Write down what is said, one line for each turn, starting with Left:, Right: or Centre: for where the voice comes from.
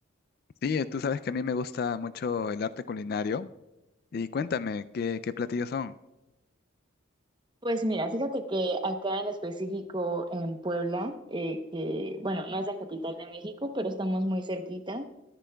Left: Sí, tú sabes que a mí me gusta mucho el arte culinario. Y cuéntame, ¿qué, qué platillos son?
Right: Pues mira, fíjate que acá en específico en Puebla, eh, que bueno, no es la capital de México, pero estamos muy cerquita,